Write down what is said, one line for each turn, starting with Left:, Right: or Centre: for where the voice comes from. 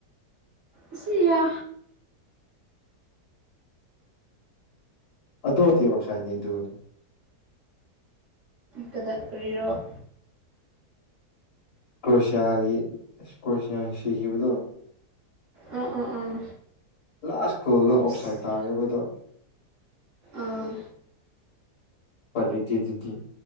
Right: ꯁꯤꯌꯥ
Left: ꯑꯗꯨꯗꯤ <inaudible> ꯕꯁꯥꯏꯅꯤ ꯑꯗꯨ ꯑꯗꯨ
Right: ꯀꯗꯥ ꯀꯔꯤꯔꯣ
Left: ꯀꯔꯣꯁꯤꯌꯒꯤ ꯀꯔꯣꯁꯤꯌ ꯁꯤꯈꯤꯕꯗꯨ
Right: ꯑꯥ ꯑꯥ ꯑꯥ
Left: ꯂꯥꯁ ꯀꯣꯜꯗꯣ
Right: ꯑꯣꯞꯁ
Left: ꯑꯣꯐ ꯁꯥꯏꯠ ꯇꯥꯔꯦꯕꯗꯣ
Right: ꯑꯥ
Left: ꯎꯄꯥꯏ ꯂꯩꯇꯦꯗꯨꯗꯤ